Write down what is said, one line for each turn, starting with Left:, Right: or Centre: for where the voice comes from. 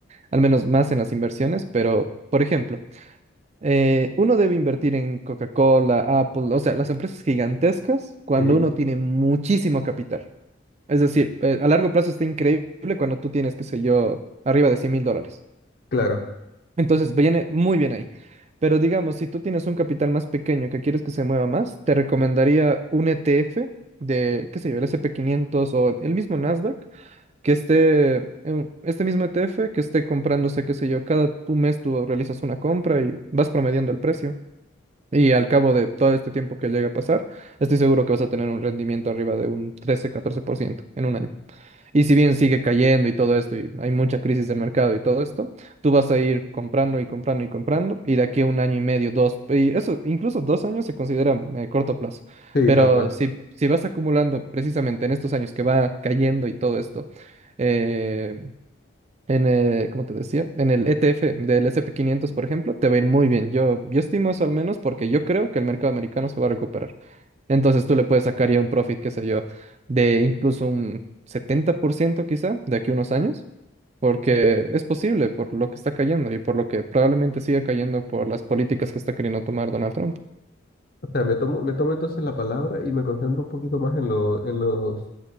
Right: al menos más en las inversiones, pero, por ejemplo, eh, uno debe invertir en Coca-Cola, Apple, o sea, las empresas gigantescas cuando
Left: Sí,
Right: uno tiene muchísimo capital. Es decir, eh, a largo plazo está increíble cuando tú tienes, qué sé yo, arriba de cien mil dólares.
Left: claro,
Right: Entonces, viene muy bien ahí. Pero digamos, si tú tienes un capital más pequeño que quieres que se mueva más, te recomendaría un ETF de, qué sé yo, el S&P quinientos o el mismo Nasdaq, que esté, en- este mismo ETF que esté comprándose, qué sé yo, cada tu mes tú realizas una compra y vas promediando el precio. Y al cabo de todo este tiempo que llega a pasar, estoy seguro que vas a tener un rendimiento arriba de un trece catorce por ciento en un año. Y si bien sigue cayendo y todo esto, y hay mucha crisis del mercado y todo esto, tú vas a ir comprando y comprando y comprando, y de aquí a un año y medio, dos, y eso, incluso dos años se considera eh, corto plazo.
Left: sí,
Right: Pero
Left: tal cual.
Right: si, si vas acumulando precisamente en estos años que va cayendo y todo esto, eh, en el, como te decía, en el ETF del S&P 500, por ejemplo, te va a ir muy bien. Yo, yo estimo eso al menos porque yo creo que el mercado americano se va a recuperar. Entonces tú le puedes sacar ya un profit, qué sé yo, de incluso un 70% quizá de aquí a unos años, porque es posible por lo que está cayendo y por lo que probablemente siga cayendo por las políticas que está queriendo tomar Donald Trump.
Left: O sea, me tomo, me tomo entonces la palabra y me concentro un poquito más en, lo- en los